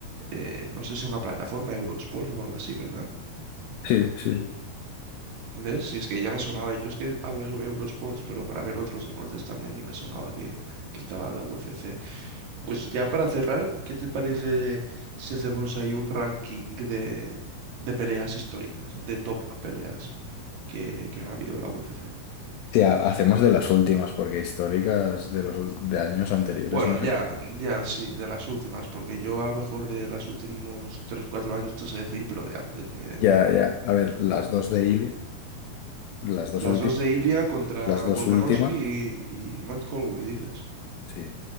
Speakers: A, on the right; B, on the left.
A: eh, no sé si una plataforma, Eurosport o algo así, ¿verdad?
B: Sí, sí.
A: ¿Ves? Si es que ya me sonaba, yo es que pago Eu- Eurosports, pero para ver otros deportes también ni me sonaba que, que estaba la UFC. Pues ya para cerrar, ¿qué te parece si hacemos ahí un ranking de, de peleas históricas, de top peleas que, que han habido en la UFC?
B: Sí, ha- hacemos de las últimas, porque históricas de los ul- de años anteriores
A: Bueno,
B: no
A: ya,
B: sé qué.
A: ya sí, de las últimas, porque yo a lo mejor de los últimos tres cuatro años te sé decir, pero de antes ni idea.
B: Ya, ya. A ver, las dos de Ilia, las dos
A: Las
B: últimas,
A: dos de Ilia contra
B: las dos
A: Volkanovski
B: últimas,
A: y, y Max Holloway, dices.
B: sí.